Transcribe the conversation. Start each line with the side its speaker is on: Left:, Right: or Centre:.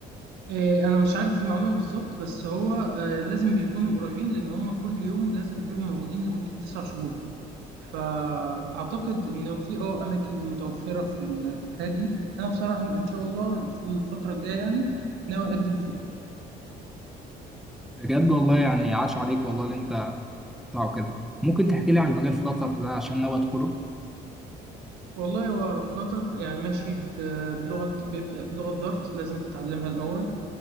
Right: آه، انا مش عارف المعلومه بالظبط بس هو آه، لازم بيكونوا قريبين لان هم كل يوم لازم بيبقوا موجودين لمده تسع شهور فاعتقد ان في اه اماكن متوفره في ال- في الحاجات دي انا بصراحه ان شاء الله في الفتره الجايه يعني ناوي اقدم فيها
Centre: بجد والله يعني عاش عليك والله اللي انت بتطلعه كده ممكن تحكي لي عن مجال فلاتر ده عشان ناوي ادخله
Right: والله هو فلاتر يعني ماشي ب- بلغه بيبدا بلغه دارت لازم تتعلمها الاول